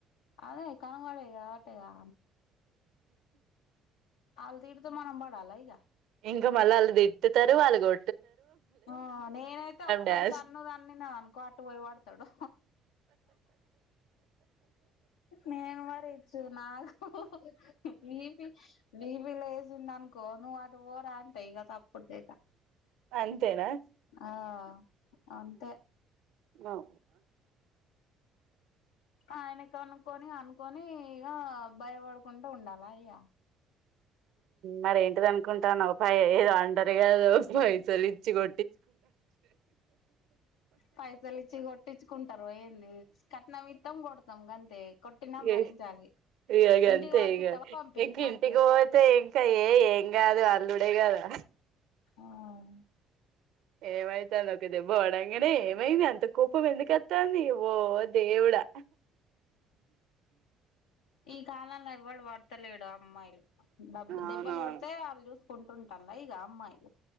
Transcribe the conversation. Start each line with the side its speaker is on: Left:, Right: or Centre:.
Left: అదే కనుమలేగా టదా అల్ తీీడుతే మనం బడ్ సాలాయిగా
Right: ఇంకా మళ్ళ అల్లు తిట్టుతారు వాళ్ళు కొ
Left: ఆ నేనైతే ఒక్కటి
Right: డాన్స్
Left: తన్ను తన్నినా అనుకో అటు పోయి పడు తడు నేను మరి ఇచ్చు నాకు బిపి బిపి లేసింది అనుకో నువ్వు అటు పోరా అంటా ఇగ తప్ కొంతేగా
Right: అంతేనా
Left: ఆ అంతే
Right: అఓ
Left: ఆయనకు అనుకొని అనుకొని నీ ఇగ భయపడుకుంటా ఉండాలా అయ్యా
Right: మరేంటిద అనుకుంటన్నావ్ పై ఏదో అంటరు కదు పైసలు ఇచ్చి కొ
Left: పైసలు ఇచ్చి కొట్టించుకుంటారు ఏంది కట్నం ఇత్తాం కొడతాం గంతే కొట్టినా భరించాలి
Right: ఏ ఇగ గంతే
Left: ఇంటికి పంపిత్తావ
Right: ఇగ
Left: పంపి
Right: ఇంక
Left: అంతే
Right: ఇంటికి పోతే ఇంకా ఏ ఏం కాదు అల్లుడే గదా
Left: ఆ
Right: ఏమైతాంది ఒక దెబ్బ పడంగానే ఏమైంది అంత కోపం ఎందుకత్తాంది ఓ దేవుడా
Left: ఈ కాలంలో ఎవ్వడు వడతలేడు అమ్మాయిలు దడబ్బ
Right: అవునవును
Left: దెబ్బలు కొడితే వాళ్ చూస్ కొంటుంటల్ల ఇగ అమ్మాయిలు